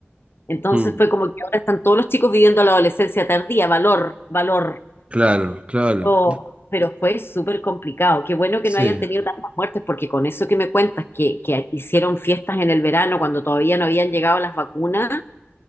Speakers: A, on the left; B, on the right.
A: Entonces
B: Mm,
A: fue como que ahora están todos los chicos viviendo la adolescencia tardía, valor, valor.
B: claro, claro.
A: Oh, pero fue súper complicado. Qué bueno
B: Sí.
A: que no hayan tenido tantas muertes, porque con eso que me cuentas, que, que hicieron fiestas en el verano cuando todavía no habían llegado las vacunas.